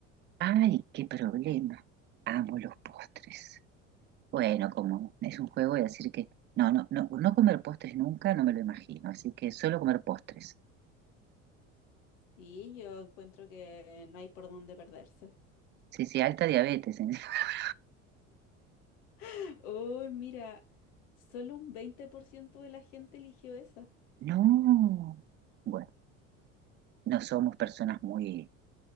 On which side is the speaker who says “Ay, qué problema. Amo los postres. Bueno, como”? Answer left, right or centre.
Right